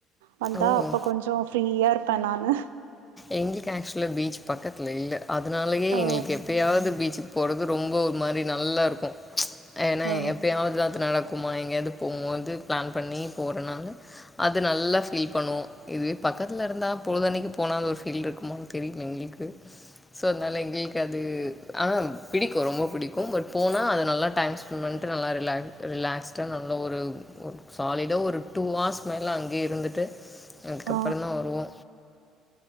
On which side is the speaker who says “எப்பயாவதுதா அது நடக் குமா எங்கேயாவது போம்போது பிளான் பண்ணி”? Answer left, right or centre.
Left